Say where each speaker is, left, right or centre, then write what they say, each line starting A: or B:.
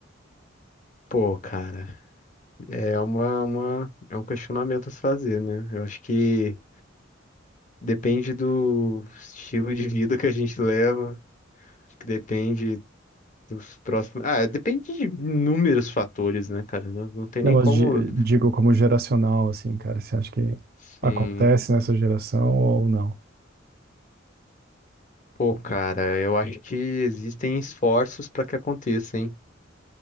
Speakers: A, on the left; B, on the right.
A: pô, cara, é uma, uma, é um questionamento a se fazer, né? Eu acho que depende do estilo de vida que a gente leva, acho que depende dos próximos. Ah, depende de inúmeros fatores, né, cara? Não, não tem
B: Não,
A: nem
B: mas
A: como.
B: di- digo como geracional, assim, cara. Você acha que
A: Sim.
B: acontece nessa geração ou não?
A: Pô, cara, eu acho que existem esforços para que aconteça, hein?